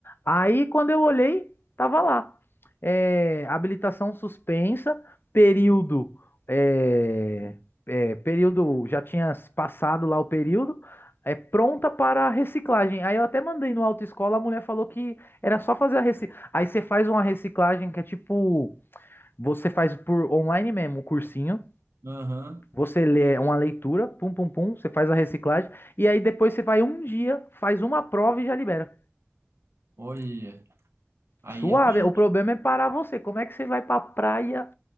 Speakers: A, on the left; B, on the right.
A: Aí quando eu olhei, tava lá. É, habilitação suspensa, período. É, é, período. Já tinha passado lá o período. É pronta para reciclagem. Aí eu até mandei no autoescola, a mulher falou que era só fazer a reciclagem. Aí você faz uma reciclagem que é tipo. Você faz por online mesmo, o cursinho.
B: Aham.
A: Você lê uma leitura, pum, pum, pum, você faz a reciclagem, e aí depois você vai um dia, faz uma prova e já libera.
B: Olha, aí
A: Suave,
B: é bem.
A: o problema é parar você. Como é que você vai pra praia?